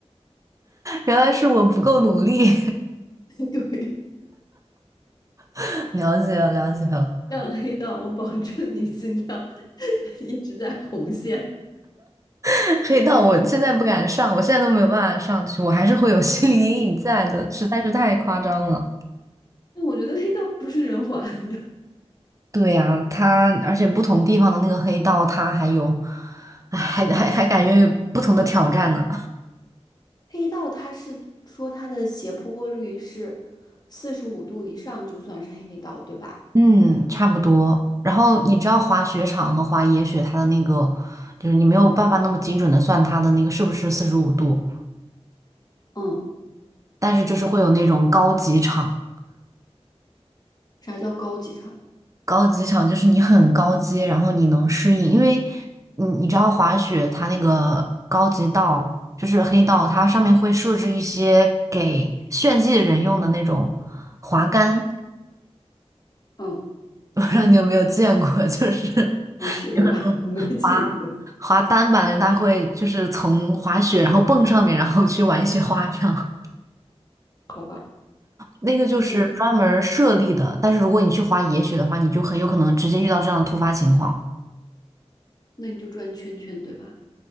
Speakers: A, on the right; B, on the left.
A: 原来是我不够努力，
B: 对，
A: <laughs> 了解了，了解了。
B: 上黑道，我保证你心跳 <laughs> 一直在红线。
A: <laughs> 黑道我现在不敢上，我现在都没有办法上去，我还是会有心理阴影在的，实在是太夸张了。
B: 那我觉得黑道不是人滑的呀。
A: 对呀，他而且不同地方的那个黑道，他还有，哎，还还还感觉有不同的挑战呢。
B: 黑道它是说它的斜坡率是四十五度以上就算是黑道，对吧？
A: 嗯，差不多。然后你知道滑雪场和滑野雪，它的那个就是你没有办法那么精准的算它的那个是不是四十五度，
B: 嗯，
A: 但是就是会有那种高级场。
B: 啥叫高级场？
A: 高级场就是你很高阶，然后你能适应，因为你你知道滑雪它那个高级道就是黑道，它上面会设置一些给炫技的人用的那种滑杆，
B: 嗯，
A: 我不知道你有没有见过，就是
B: 没去过，
A: 有很多滑
B: <laughs> 没去过。
A: 滑单板的人，他会就是从滑雪然后蹦上面，然后去玩一些花样。
B: 好吧，
A: 那个就是专门儿设立的，
B: 那个，
A: 但是如果你去滑野雪的话，你就很有可能直接遇到这样的突发情况。
B: 那你就转圈圈，对吧？